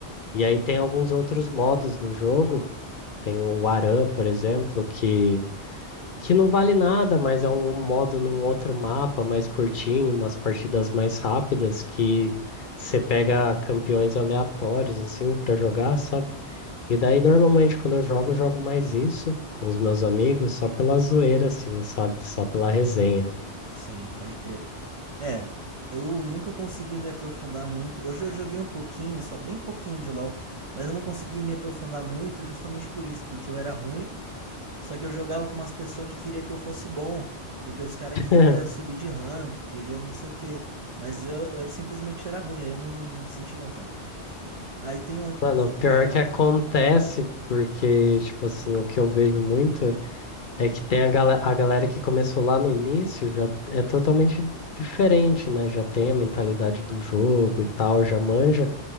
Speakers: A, on the left; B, on the right.
A: E aí tem alguns outros modos no jogo. Tem o Aran, por exemplo, que que não vale nada, mas é um modo num outro mapa mais curtinho, umas partidas mais rápidas que você pega campeões aleatórios assim pra jogar, sabe? E daí normalmente quando eu jogo, eu jogo mais isso com os meus amigos, só pela zoeira assim, sabe? Só pela resenha.
B: sim, pode crer. É, eu nunca consegui me aprofundar muito. Eu já joguei um pouquinho, só bem pouquinho de LoL, mas eu não consegui me aprofundar muito justamente por isso, porque eu era ruim. Só que eu jogava com umas pessoas que queria que eu fosse bom, porque os caras
A: <laughs>
B: queriam subir de rank, queria não sei o que. Mas eu, eu simplesmente era ruim, aí eu não, não senti vontade. Aí tem o-
A: Mano,
B: uns outros
A: o pior
B: jogos.
A: que acontece, porque tipo assim, o que eu vejo muito É que tem a, gala- a galera que começou lá no início, já é totalmente diferente, né? Já tem a mentalidade do jogo e tal, já manja,